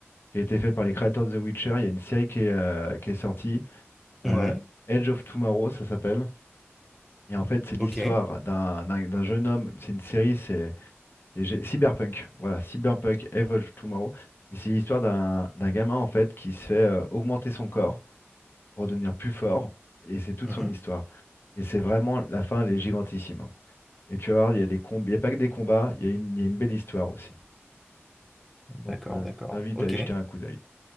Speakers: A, on the left; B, in the centre.
A: qui a été fait par les créateurs de The Witcher. Il y a une série qui est, euh, qui est sortie,
B: Ouais,
A: euh, Edge of Tomorrow, ça s'appelle. Et en fait, c'est
B: ok.
A: l'histoire d'un d'un- d'un jeune homme. C'est une série, c'est c'est gé- Cyberpunk. Voilà, Cyberpunk Evolve Tomorrow. Et c'est l'histoire d'un d'un gamin en fait qui se fait euh, augmenter son corps pour devenir plus fort. Et c'est toute
B: Mhm.
A: son histoire. Et c'est vraiment la fin, elle est gigantissime. hein. Et tu vas voir, il y a des combats, il y a pas que des combats, il y a une, il y a une belle histoire aussi.
B: D'accord,
A: Donc euh,
B: d'accord.
A: je t'invite
B: Ok,
A: à y jeter un coup d'œil.